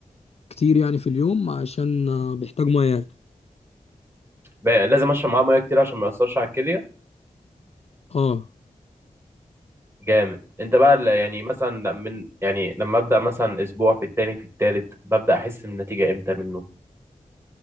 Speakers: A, on the left (about 45°); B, on the right (about 20°).
A: كتير يعني في اليوم عشان آه، بيحتاج ميه
B: لازم اشرب معاه ميه كتير عشان ما ياثرش على الكليه
A: اه
B: جامد انت بقى ال- يعني مثلا من يعني لما ابدا مثلا اسبوع في التاني في التالت ببدا احس بالنتيجه امتى منه